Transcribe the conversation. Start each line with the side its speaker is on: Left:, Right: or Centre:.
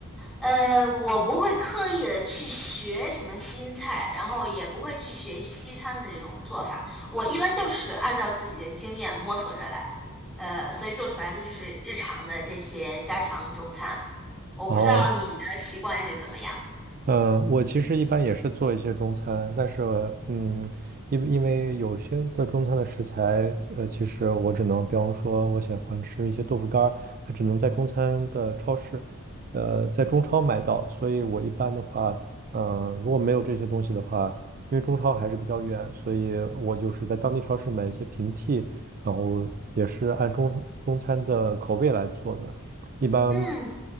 Centre: 呃，我不会刻意的去学什么新菜，然后也不会去学西餐的这种做法。我一般就是按照自己的经验摸索着来，呃，所以做出来的就是日常的这些家常中餐。我不知道你的习惯是怎么样。
Right: 然后呃，我其实一般也是做一些中餐，但是嗯，因因为有些的中餐的食材，呃，其实我只能，比方说，我喜欢吃一些豆腐干儿，它只能在中餐的超市，呃，在中超买到，所以我一般的话，呃，如果没有这些东西的话，因为中超还是比较远，所以我就是在当地超市买一些平替，然后也是按中中餐的口味来做的。一般，
Centre: 嗯